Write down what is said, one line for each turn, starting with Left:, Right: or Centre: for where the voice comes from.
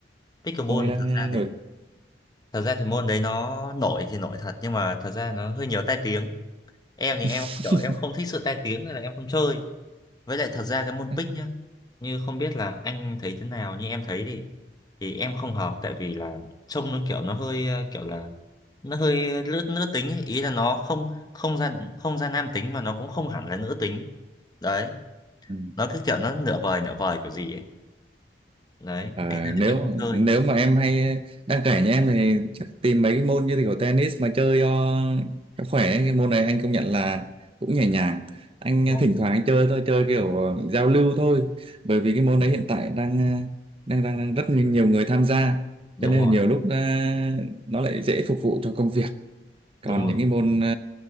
Left: Pickleball
Right: Môn đấy đang
Left: thật
Right: ờ,
Left: ra
Right: nổi.
Left: thì thật ra thì môn đấy nó nổi thì nổi thật nhưng mà thật ra nó hơi nhiều tai tiếng. Em thì
Right: <laughs>
Left: em kiểu em không thích sự tai tiếng nên là em không chơi. Với lại thật ra cái môn
Right: Anh-
Left: pick nhá, như không biết là anh thấy thế nào như em thấy thì thì em không hợp tại vì là trông nó kiểu nó hơi ờ, kiểu là nó hơi nữ nữ tính ấy. Ý là nó không không ra không ra nam tính mà nó cũng không hẳn là nữ tính. Đấy
Right: Ừ.
Left: nó cứ kiểu nó nửa vời nửa vời kiểu gì ấy đấy
Right: Ờ,
Left: thành ra
Right: nếu
Left: là em không chơi
Right: nếu mà em hay đang trẻ như em thì chắc tìm mấy cái môn như kiểu tennis mà chơi cho, cho khỏe ấy. cái môn này anh công nhận là cũng nhẹ nhàng anh
Left: đúng
Right: ờ,
Left: không
Right: thỉnh thoảng anh chơi thôi chơi kiểu ờ, giao lưu thôi bởi vì cái môn đấy hiện tại đang ờ, đang đang, đang rất nhiều người tham gia
Left: đúng
Right: cho nên
Left: rồi
Right: là nhiều lúc ờ, nó lại dễ phục vụ cho công việc còn
Left: đúng rồi
Right: những cái môn ờ,